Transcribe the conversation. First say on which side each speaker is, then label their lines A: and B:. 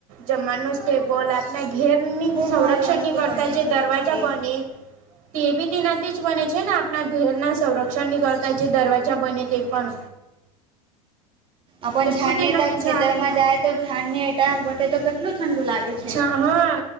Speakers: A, on the right (about 45°); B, on the right (about 30°).
A: જમાનો સ્ટટેબલ આપ ના ઘેરની
B: ખુબ
A: સંરક્ષન્ય
B: સારું વસ્તુ
A: કરતા
B: બને
A: જે
B: છે
A: દરવાજા
B: તેનાથી.
A: બને તે બી તેનાથી જ બને છે ને આપના ઘેરના સંરક ક્ષણ ની કરળતા જે દરવાજા બને તે પણ
B: આપન
A: કેટલું
B: ઝાનેતા
A: તેનાથી
B: ખેતરમાં
A: ઝાડ
B: જાય તો ઝાડને એટ વટે તો કેટલું ઠંડુ લાગે છે.
A: ચા હા